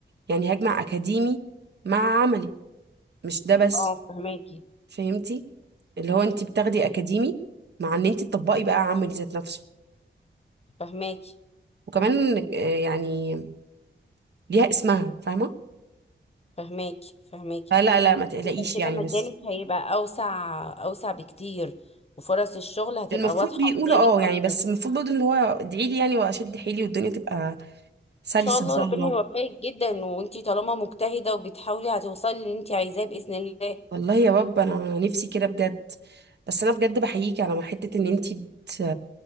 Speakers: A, on the right; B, on the left.
A: يعني هجمع اكاديمي مع عملي مش ده بس
B: اه فهماكي
A: فهمتي اللي هو انت بتاخدي اكاديمي مع ان انت تطبقي بقى عملي ذات نفسه
B: فهماكي
A: وكمان آه، يعني ليها اسمها فاهمه
B: فهماكي فهماكي
A: فلا لا ما تقلقيش
B: يبقى كده
A: يعني
B: مجالك
A: بس
B: هيبقى أوسع أوسع بكتير وفرص الشغل هتبقى
A: المفروض
B: واضحة
A: بيقولوا
B: قدامك
A: اه
B: أكتر
A: يعني بس
B: إن
A: المفروض برضه اللي هو ادعي لي يعني واشد حيلي والدنيا تبقى سلسه
B: شاء الله
A: ان شاء
B: ربنا
A: الله
B: يوفقك جدا وانتي طالما مجتهدة وبتحاولي هتوصلي اللي انتي عايزاه بإذن الله
A: والله يا رب انا نفسي كده بجد بس انا بجد بحييكي على حته ان انتي بت...